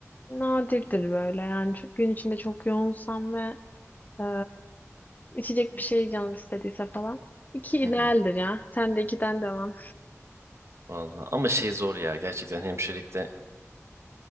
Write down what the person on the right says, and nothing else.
hı,
Vallahi ama şey zor ya gerçekten hemşirelikte